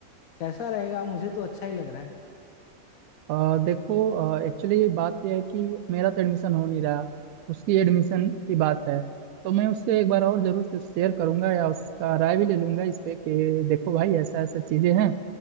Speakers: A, on the left; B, on the right.
A: कैसा रहेगा मुझे तो अच्छा ही लग रहा है
B: अ देखो एक्चुअली बात यह है कि मेरा तो एडमिशन हो नहीं रहा उसकी एडमिशन की बात है तो मैं उससे एक बार और जरूर से शेयर करूंगा या उसका राय भी ले लूंगा इस पे कि देखो भाई ऐसा ऐसा चीजें हैं